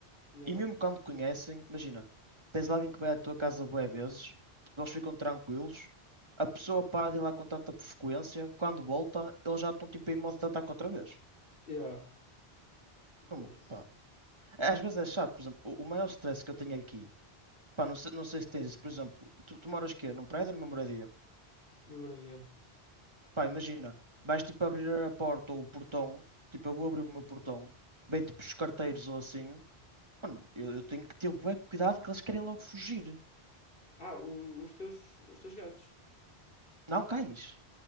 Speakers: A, on the left; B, on the right.
A: Yeah,
B: E mesmo quando conhecem, imagina, tens lá alguém que vai à tua casa bué vezes, tipo, eles ficam tranquilos, a pessoa para de ir lá com tanta frequência, quando volta, eles já estão tipo em modo de ataque outra vez.
A: yeah.
B: Não,
A: Foda-se.
B: pá. É, Às vezes é chato, por exemplo, o o maior stress que eu tenho aqui, pá, não sei, não sei se tens isso, por exemplo, tu, tu moras quê? Num prédio ou numa moradia?
A: Número de.
B: Pá, imagina, vais tipo abrir a porta ou o portão, tipo, eu vou abrir o meu portão, vem tipo os carteiros ou assim. Mano, eu, eu tenho que ter bué cuidado que eles querem logo fugir.
A: Ah, o- os teus, os teus gatos.
B: Não, cães.